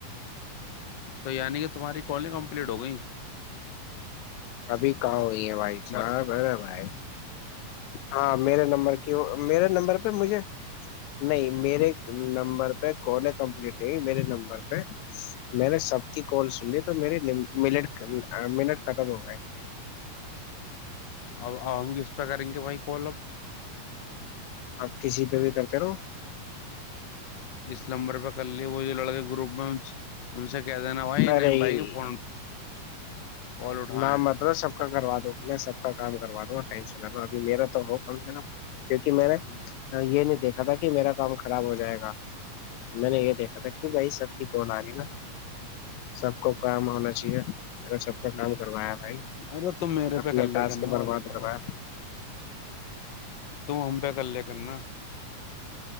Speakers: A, on the left; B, on the left.
A: تو یعنی کہ تمہاری کالن کمپلیٹ ہو گئی
B: ابھی کہاں ہوئی ہے بھائی صاحبر
A: پہ،
B: بھائی ہاں میرے نمبر کی میرے نمبر پہ مجھے نہیں میرے نمبر پہ کالیں کمپلیٹ نہیں میرے نمبر پہ میں نے سب کی کال سن لی تو میرری مٹ منٹ ختم ہو گئے
A: اب ہم کس پہ کریں گے بھائی کوال اب
B: آپ کسی پہ بھی کرتے رہو
A: اس نمبر پہ ک لی وہ جو لڑکے کے گروپ میں ان سے کہہ دینا بھائی
B: ارے
A: نہیں بھائی فون کال اٹھائیں
B: نہ مطلب سب کا کروا دو میں سب کا کام کروا دوں گا ٹینشن ل لوں ابھی میرا تو ہو کم سے کم کیونکہ میں نے
A: ہ
B: یہ نہیں دیکھا ا تھا کہ میرا کام خراب ہو جائے گا میں نے یہ دیکا تھا کیوں بائی سب گی نا سب کو کام ہونا چاہیے سب کا
A: ہ
B: کام کروایا بھائی
A: ارے تم میرے
B: اپنا
A: پہ کلے
B: ٹاسک
A: کرنا
B: برباد
A: اور بتاؤ
B: کرایا
A: تم ہم پہ کلے کر کرنا